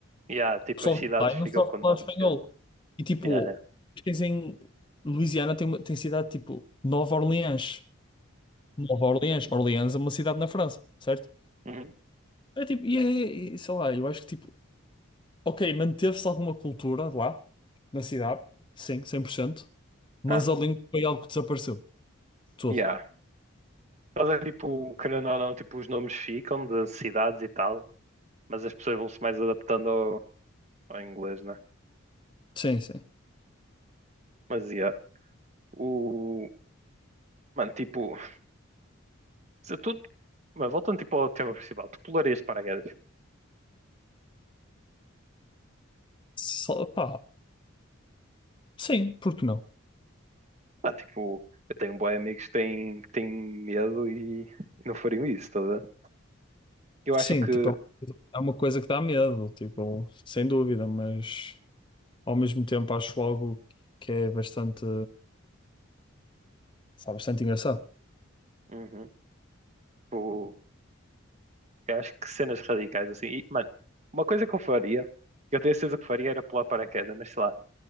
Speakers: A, on the right (about 30°); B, on the left (about 20°).
A: Yeah, tipo,
B: O pessoal
A: as cidades
B: de lá
A: ficam
B: e não sabe
A: com nomes,
B: falar espanhol.
A: yeah.
B: E, tipo,
A: Yeah, yeah.
B: tens em Louisiana tem, uma- tem cidade, tipo, Nova Orleans. Nova Orleans. Orleans é uma cidade na França, certo?
A: Uhum.
B: É tipo, e, é- e sei lá, eu acho que tipo, ok, manteve-se alguma cultura lá, na cidade, sim, 100%. mas
A: Ah,
B: a língua foi algo que desapareceu, tudo.
A: yeah. Mas é tipo, querendo ou não, tipo, os nomes ficam das cidades e tal, mas as pessoas vão-se mais adaptando ao, ao inglês, né?
B: Sim, sim.
A: Mas yeah. O. Mano, tipo, se tu. Mas voltando tipo ao tema principal, tu pularias de paraquedas.
B: Só, pá, sim, porque não?
A: Ah, tipo, eu tenho bué amigos que têm, que têm medo e, e não fariam isso, estás a ver? Eu acho
B: Sim,
A: que,
B: tipo, é uma coisa é uma coisa que dá medo, tipo, sem dúvida, mas ao mesmo tempo acho algo que é bastante, sabe, bastante engraçado.
A: uhum, tipo, eu acho que cenas radicais assim. E, mano, uma coisa que eu faria, que eu tenho certeza que faria era pular paraquedas, mas sei lá,